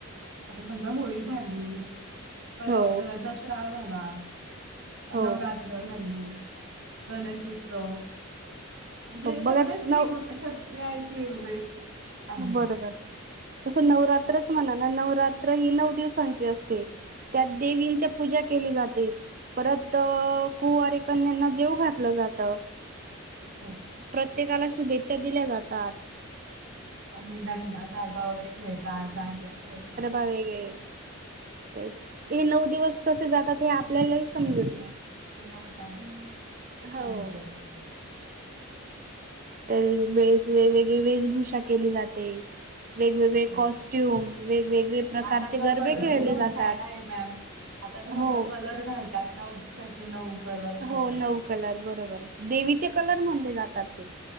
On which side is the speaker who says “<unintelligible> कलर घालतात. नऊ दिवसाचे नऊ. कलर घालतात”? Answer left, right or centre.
Right